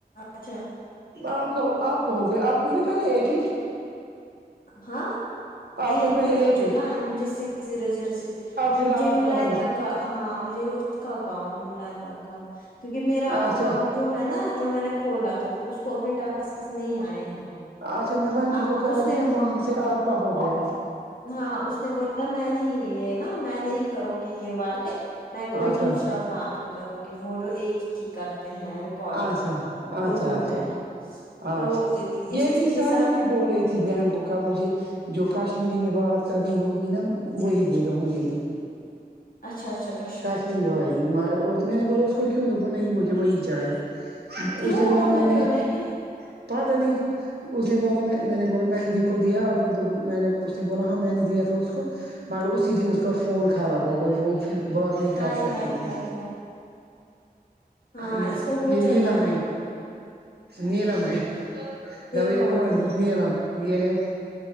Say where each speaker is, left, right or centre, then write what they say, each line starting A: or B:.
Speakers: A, on the left; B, on the right.
A: اچھا
B: آپ کہ آپ کہو گے آپ کہیں نا پہلے ایٹ ایٹ
A: ہاں نہیں
B: آپ کو ہے پہلے
A: نہیں
B: ایٹ
A: مجھے
B: ایٹ
A: کہاں ہے مجھے سکس زیرو زیرو سکس مجھے
B: پھر آپ
A: ملا
B: کا ہو
A: ایک کا ہاں مجھے اس کا اکاؤنٹ ہے ملائک کا کیونکہ میرا اکاؤنٹ
B: اچھا
A: <inaudible> جو ہے نا جو میں نے کھولا تھا اس کو ابھی نہیں آئے ہیں
B: اچھا میں بانٹی
A: اب
B: کو کر
A: اس
B: رہی
A: <inaudible>
B: وہاں سے آپ کا ہو گیا
A: ہاں اس نے ب <inaudible> م میں نہیں یہ نا میں نہیں کروں گی یہ والے میں کوئی
B: اچھا
A: دوسرا
B: اچھا
A: کام کروں گی وہ جو ایک ہی کرتے ہیں ریکارڈنگ
B: اچھا اچھا
A: اردو
B: اچھا
A: میں
B: اچھا
A: تو اس
B: یہ بھی
A: کے
B: سائمہ
A: ساتھ
B: بھی بول رہی بہن کو کہ مجھے جو کاشمیری میں بات کرنی ہوگی نا وہی دے دو مجھے بھی
A: اچھا اچھا کشمیری
B: کاشلی وال رہی مگر اردو میں نہیں بلا اس کو کیوں د نہیں مجھے وہی چاہے
A: کیوں
B: اسے بولا
A: اردو
B: میں نے
A: کیوں نہیں
B: پ تھا نہیں کیوں <inaudible> اس نے بولا میں نے بولا مہندی کو دیا آپ نے میں نے اس نے بولا ہاں میں نے دیا تھا اس کو مگر اسی دن اس کا فون خراب ہو گیا وہ پھر بات ہی
A: ہائے
B: کر سکتی
A: ہائے
B: تھی
A: ہائے ہائے ہاں
B: آ یہ
A: اس کو ہو
B: یہ نیلملم
A: جاتا
B: ہے نیلم ہے <inaudible> د ب
A: کون
B: یہ کونے
A: ہے
B: پچھنی ل یہ یہ